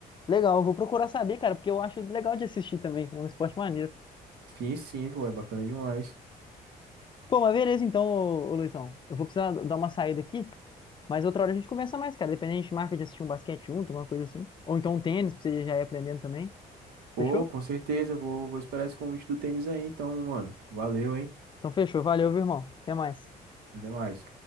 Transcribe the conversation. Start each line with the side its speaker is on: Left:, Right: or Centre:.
Left: Legal. Eu vou procurar saber, cara, porque eu acho legal de assistir também. É um esporte maneiro.
Right: Sim, sim, pô, é bacana demais.
Left: Pô, mas beleza então, ô, ô Luizão. Eu vou precisar dar uma saída aqui, mas outra hora a gente conversa mais, cara. Dependendo, a gente marca de assistir um basquete junto, alguma coisa assim. Ou então um tênis, pra você já ir aprendendo também.
Right: Pô,
Left: Fechou?
Right: com certeza, eu vou, vou esperar esse convite do tênis aí, então, meu mano. Valeu, hein?
Left: Então fechou. Valeu, viu, irmão. Até mais.
Right: Até mais.